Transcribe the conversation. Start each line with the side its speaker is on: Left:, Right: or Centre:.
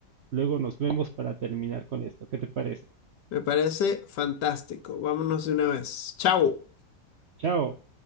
Right: luego nos vemos para terminar con esto. ¿Qué te parece?
Left: Me parece fantástico. Vámonos de una vez. Chao.
Right: Chao.